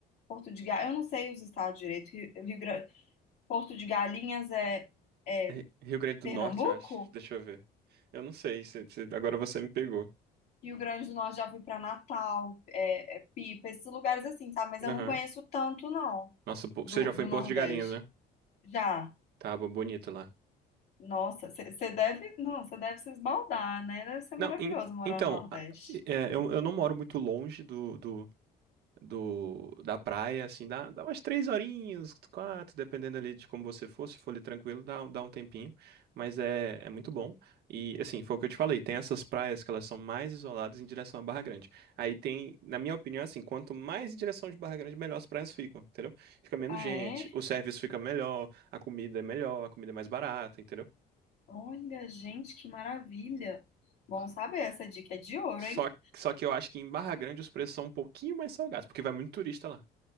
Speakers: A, on the left (about 70°); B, on the right (about 75°).
A: Porto de Galinhas, eu não sei os estados direito. Rio, Rio Grande, Porto de Galinhas é, é
B: Ri- Rio Grande do
A: Pernambuco?
B: Norte, eu acho. Deixa eu ver. Eu não sei, se- se- agora você me pegou.
A: Rio Grande do Norte já fui para Natal, é, é Pipa, esses lugares assim, sabe? Mas eu
B: Aham.
A: não conheço tanto, não,
B: Nossa, pô,
A: do,
B: você já foi
A: do
B: em
A: Nordeste.
B: Porto de Galinhas, né?
A: Já,
B: Tava bonito lá.
A: nossa, você deve, não, você deve se esbaldar, né? Deve ser maravilhoso
B: Não, en-
A: morar
B: então,
A: no Nordeste.
B: a- é, eu, eu não moro muito longe do, do, do- da praia, assim, dá, dá umas três horinhas, quatro, dependendo ali de como você for, se for ali tranquilo, dá, um- dá um tempinho, mas é, é muito bom. E, assim, foi o que eu te falei, tem essas praias que elas são mais isoladas em direção à Barra Grande. Aí tem, na minha opinião, assim, quanto mais em direção de Barra Grande, melhor as praias ficam, entendeu? Fica menos
A: Ah,
B: gente,
A: é?
B: o serviço fica melhor, a comida é melhor, a comida é mais barata, entendeu?
A: Olha, gente, que maravilha. Bom saber, essa dica é de ouro,
B: Só,
A: hein?
B: só que eu acho que em Barra Grande os preços são um pouquinho mais salgados, porque vai muito turista lá.